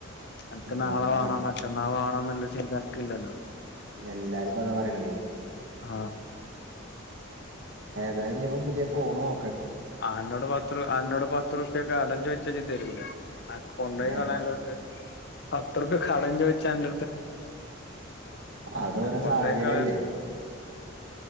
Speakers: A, on the left; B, on the right.
A: അൻക്ക്
B: അതാണ്
A: നാളെ വാണോ മറ്റന്നാ വാ ണന്നിള്ളെ ചിന്ത അന്കില്ലല്ലോ
B: എല്ലാരുംപ്പൊ അതാ പറയണതെ
A: ആ
B: ഏതായാലും ഇനിയിപ്പോ പുതിയ ഫോണ് നോ
A: ആനോട് പാത്രം ആന്നോട് പ എത്ര ഉർപ്യ കടം ചോയി ഇച്ച് ജ് തരൂല അന്ക്ക് കൊണ്ടോയി
B: ഏഹ്
A: കളയാള്ളത്ണ്ട് പത്ത്റുപ്യ കടം ചോയ് ച്ച അൻഡ
B: അതോരൊ
A: കൊണ്ടോയി
B: സാഹചര്യല്ലേ
A: കളയാ